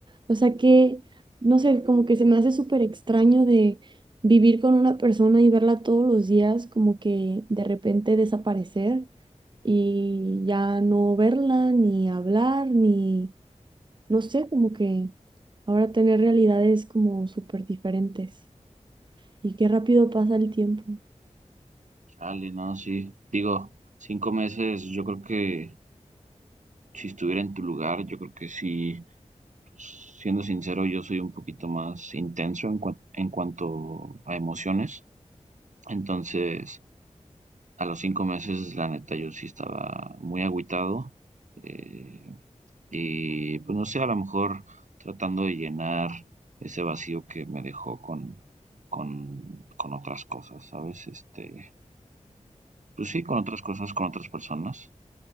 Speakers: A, on the right; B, on the right.
A: O sea que, no sé, como que se me hace súper extraño de vivir con una persona y verla todos los días, como que de repente desaparecer y ya no verla, ni hablar, ni, no sé, como que ahora tener realidades como súper diferentes. Y qué rápido pasa el tiempo.
B: Chale, no, sí. Digo, cinco meses, yo creo que si estuviera en tu lugar, yo creo que sí. Pues, Siendo sincero, yo soy un poquito más intenso en, cuan- en cuanto a emociones. Entonces, a los cinco meses, la neta, yo sí estaba muy agüitado. eh, y pues no sé, a lo mejor tratando de llenar ese vacío que me dejó con, con, con otras cosas, ¿sabes? Este, pues sí, con otras cosas, con otras personas,